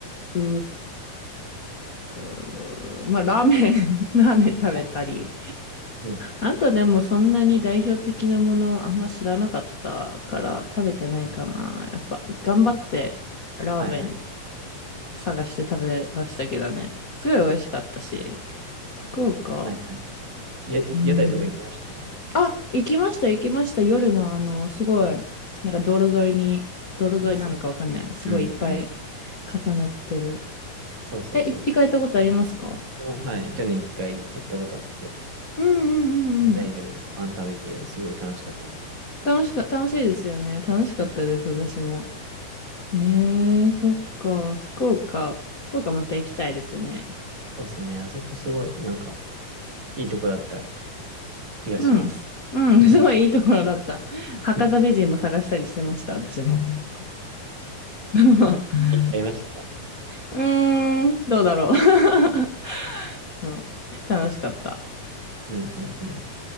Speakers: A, on the left; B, on the right.
A: うー、まあ、ラーメン <laughs> ラーメン食べたり。
B: はい
A: あとでもそんなに代表的なものあんま知らなかったから食べてないかな。
B: うん
A: やっぱ頑張ってラーメン
B: はいはい。
A: 探して食べましたけどね。すごい美味しかったし。福岡、
B: はいはい。や、屋台とか行きました。
A: うん。
B: い
A: あ、行きました、行きました。夜のあの、すごい、なんか道路沿いに、道路沿いなのかわかんない。
B: いですね。
A: すごいいっぱい
B: うんうん。
A: 重なってる。
B: そうそうそう。
A: え、い行かれたことありますか
B: ははい。去年一回行ったことあって、
A: うんうんうんうん。
B: 屋台でもパン食べて、すごい楽しかった。
A: 楽しか、楽しいですよね。楽しかったです、
B: うん。
A: 私も。へえ、そっか。福岡。福岡また行きたいですね。
B: そうですね。あそこすごい、なんか、いいとこだった気がします。
A: うん。うん、
B: <laughs>
A: <laughs> すごいいいところだった。博多美人も探したりしてました、
B: いっ
A: 私も。うん <laughs>
B: ぱいいましたか
A: うーん、どうだろう。<laughs> そう、楽しかった。
B: うんうんうん。